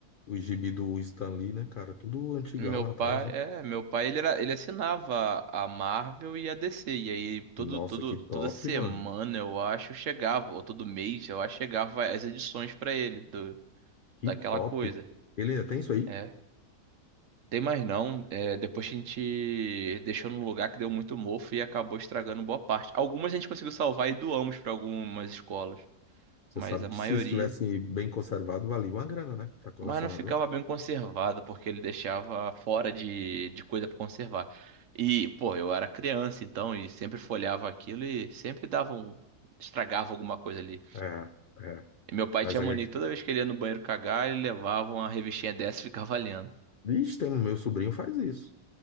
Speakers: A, on the left; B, on the right.
A: O gibi do Stan Lee, né, cara? Tudo antigão
B: Meu
A: lá
B: pai,
A: atrás, né?
B: é, meu pai ele, era, ele assinava a Marvel e a DC. E aí todo,
A: Nossa,
B: todo,
A: que top,
B: toda semana
A: mano.
B: eu acho chegava, ou todo mês eu acho chegava as edições pra ele do,
A: Que
B: daquela
A: top.
B: coisa.
A: Ele ainda tem isso aí?
B: é. Tem mais não. É, depois a gente deixou num lugar que deu muito mofo e acabou estragando boa parte. Algumas a gente conseguiu salvar e doamos para algumas escolas,
A: Você
B: mas
A: sabe
B: a
A: que
B: maioria.
A: se estivesse bem conservado, valia uma grana, né? Pra colecionador.
B: Mas não ficava bem conservado, porque ele deixava fora de, de coisa para conservar. E, pô, eu era criança então, e sempre folhava aquilo e sempre dava um. Estragava alguma coisa ali.
A: É, é.
B: E meu pai
A: Mas
B: tinha
A: a...
B: mania, que toda vez que ele ia no banheiro cagar, ele levava uma revistinha dessa e ficava lendo.
A: Ixi, tem... um, meu sobrinho faz isso.